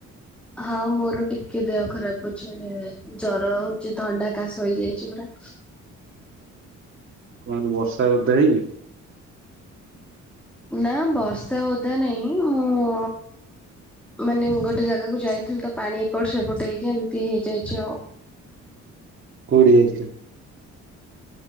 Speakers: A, in the centre; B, on the right.
A: ହଁ ମୋର ଟିକେ ଦେହ ଖରାପ ଅଛି। ଜର ହଉଛି ଥଣ୍ଡା କାଶ ହେଇଯାଇଛି ପୁରା।
B: କଣ ବର୍ଷାରେ ଓଦା ହେଇକି।
A: ନା ବର୍ଷା ଓଦା ନାଇଁ ମୁଁ ମାନେ ଗୋଟେ ଜାଗାକୁ ଯାଇଥିଲି ତ ପାଣି ଏପଟ ସେପଟ ହେଇକି ଏମିତି ହେଇଯାଇଛି ଆଉ।
B: କୋଉଠି ଯାଇଥିଲେ?